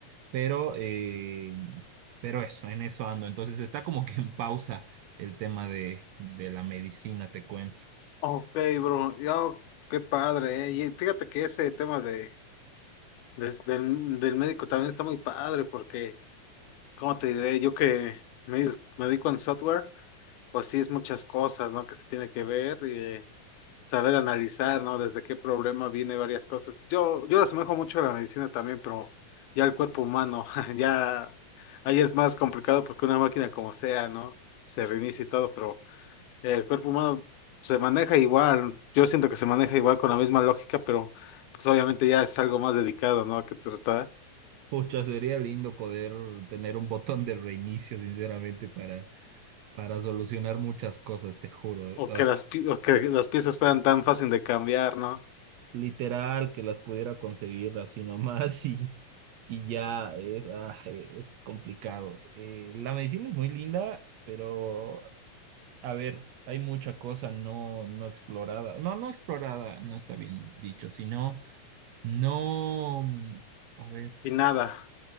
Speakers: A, on the right; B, on the left.
A: pero, eh, pero eso, en eso ando. Entonces está como que en pausa el tema de, de la medicina, te cuento.
B: Ok, bro, yo, qué padre, ¿eh? Y fíjate que ese tema de Des- del, del médico también está muy padre porque, ¿cómo te diré? Yo que me, dis- me dedico en software, pues sí es muchas cosas, ¿no? Que se tiene que ver y eh, saber analizar, ¿no? Desde qué problema viene varias cosas. Yo, yo lo asemejo mucho a la medicina también, pero ya el cuerpo humano, <laughs> ya ahí es más complicado porque una máquina como sea, ¿no? Se reinicia y todo, pero el cuerpo humano se maneja igual. Yo siento que se maneja igual con la misma lógica, pero pues obviamente ya es algo más dedicado, ¿no? A qué tratar.
A: Pucha, sería lindo poder tener un botón de reinicio, sinceramente, para para solucionar muchas cosas, te juro.
B: O
A: Ay,
B: que las, pi- o que las piezas fueran tan fácil de cambiar, ¿no?
A: literal, que las pudiera conseguir así <laughs> nomás y, y ya es, ah, eh, es complicado. Eh, la medicina es muy linda, pero a ver, hay mucha cosa no, no explorada. No, no explorada, no está bien dicho, sino no, mm, a ver,
B: Y nada,